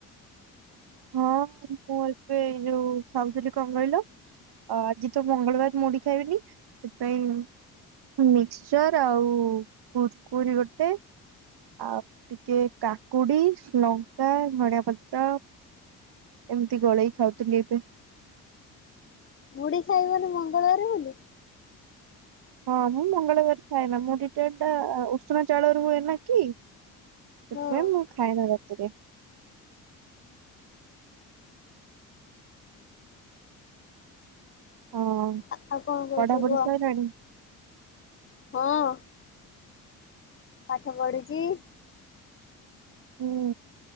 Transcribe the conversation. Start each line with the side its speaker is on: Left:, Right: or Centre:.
Right: ହଁ ମୁଁ ଏବେ ଏଇ ଯୋଉ ଖାଉଥିଲି କଣ କହିଲ। ଅ ଆଜି ତ ମଙ୍ଗଳବାର ମୁଢ ଖାଇବିନି ସେଥିପାଇଁ ମିକ୍ସଚର ଆଉ କୁରକୁରି ଗୋଟେ ଆଉ ଟିକେ କାକୁଡି ଲଙ୍କା ଧଣିଆ ପତ୍ର। ଏମିତି ଗୋଳେଇ ଖାଉଥିଲି ଏବେ।
Left: ମୁଢୀ ଖାଇ ବନେ ମଙ୍ଗଳବାର ବୋଲି
Right: ହଁ ମୁଁ ମଙ୍ଗଳବାର ଖାଇନା ମୁୋ ମୁଢି ଟା ଉଷୁନା ଚାଉଳ ର ହଏନା କି? ସେଥିପାଇଁ
Left: ହଁ
Right: ମୁଁ ଖାଏନ ରାତିରେ। ହଁ
Left: ଆଉ କଣ କହୁଛ
Right: ପଢାପଢି
Left: କୁହ।
Right: ସଇଲାଣି?
Left: ହଁ। ପାଠ ପଢ଼ିଛି।
Right: ହୁଁ